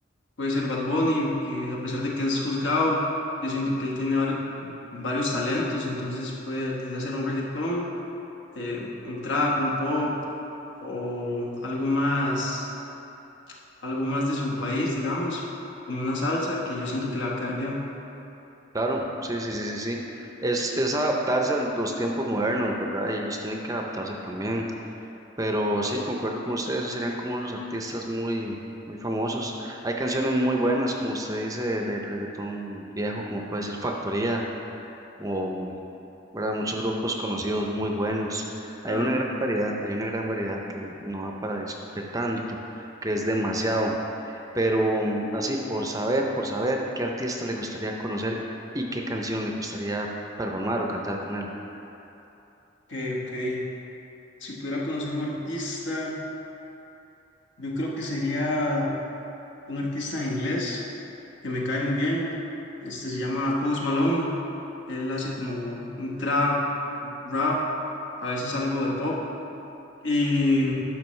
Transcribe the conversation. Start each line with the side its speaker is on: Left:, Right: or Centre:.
Left: puede ser Bad Bunny, que a pesar de que es juzgado, yo siento que él tiene varios, varios talentos, entonces puede desde hacer un reggaetón, eh, un trap, un pop o algo más, algo más de su país, digamos, como una salsa que yo siento que le va a quedar bien.
Right: Claro, sí, sí, sí, sí, sí. Es, es adaptarse a los tiempos modernos, ¿verdad? Y ellos tienen que adaptarse también. Pero sí, concuerdo con usted, esos serían como los artistas muy, muy famosos. Hay canciones muy buenas, como usted dice, del reggaetón viejo, como puede ser Factoría. o, ¿verdad? Muchos grupos conocidos muy buenos. Hay
Left: Claro,
Right: una gran variedad, hay una gran variedad que no da para discutir tanto, que es demasiado. Pero mm, así, por saber, por saber qué artista le gustaría conocer y qué canción le gustaría performar o cantar con él.
Left: ok, ok. Si pudiera conocer un artista, yo creo que sería un artista de inglés que me cae muy bien. Este se llama Post Malone. Él hace como un trap, rap, a veces algo de pop. Y